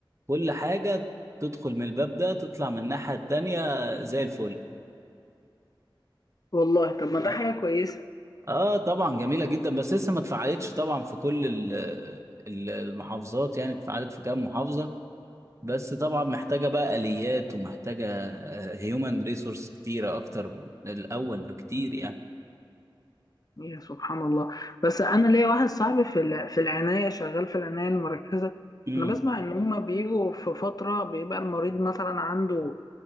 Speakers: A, on the right; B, on the left.
A: كل حاجة تدخل من الباب ده تطلع من الناحية التانية زي الفل
B: والله طب ما ده
A: اه
B: حاجه كويسه
A: اه طبعا جميلة جدا بس لسه ما اتفعلتش طبعا في كل ال- ال- المحافظات يعني اتفعلت في كام محافظة بس طبعا محتاجة بقى آليات ومحتاجة هيومن ريسورس كتيرة أكتر من الأول بكتير يعني
B: يا سبحان الله بس انا ليا واحد صاحبي في ال- في العنايه شغال في العنايه المركزه
A: امم
B: انا بسمع ان هما بيجوا في فتره بيبقى المريض مثلا عنده